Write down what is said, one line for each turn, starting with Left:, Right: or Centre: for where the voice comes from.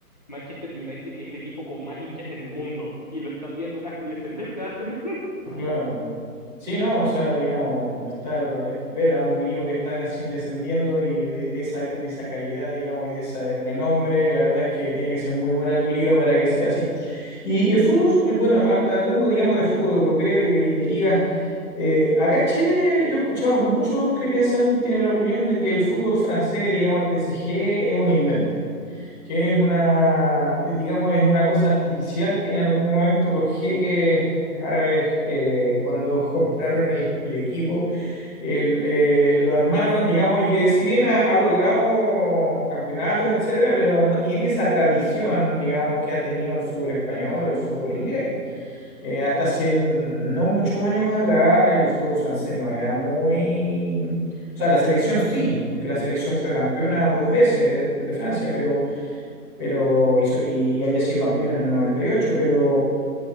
Left: Manchester United, que es el equipo con más hinchas en el mundo, y lo están viendo casi descender cada semana.
Centre: claro. Sí, no, o sea, digamos, estar, est- ver a un equipo que está casi descendiendo y de, de esa, de esa calidad, digamos, y de ese renombre, la verdad es que tiene que ser muy buena tu liga para que sea así. Y, y el fútbol, eh, bueno, hab- hablando, digamos, de fútbol europeo y de, y de ligas, eh, acá en Chile yo he escuchado muchos que piensan, tienen la opinión de que el fútbol francés, digamos, el PSG, es un invento. que es una, eh, digamos, es una cosa artificial que en algún momento los jeques árabes, eh, cuando <laughs> compraron el, el equipo, el, eh, lo armaron, digamos, y que si bien ha, ha logrado campeonatos, etcétera, pero no tiene esa tradición, digamos, que ha tenido el fútbol español o el fútbol inglés. Eh, hasta hace no muchos años atrás, el fútbol francés no era muy... O sea, la selección sí, porque la selección fue campeona dos veces de Francia, pero pero hizo, y, y había sido campeón en el 98, pero,